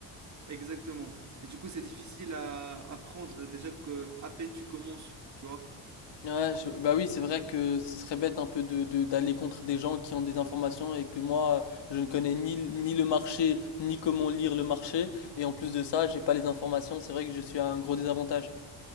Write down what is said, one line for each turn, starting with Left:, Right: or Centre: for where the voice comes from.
Right: Exactement. Et du coup, c'est difficile à, à prendre déjà que à peine tu commences, tu vois.
Left: Ouais, je- bah oui, c'est vrai que ce serait bête un peu de, de- d'aller contre des gens qui ont des informations et que moi, je ne connais ni, ni le marché, ni comment lire le marché, et en plus de ça, j'ai pas les informations, c'est vrai que je suis à un gros désavantage.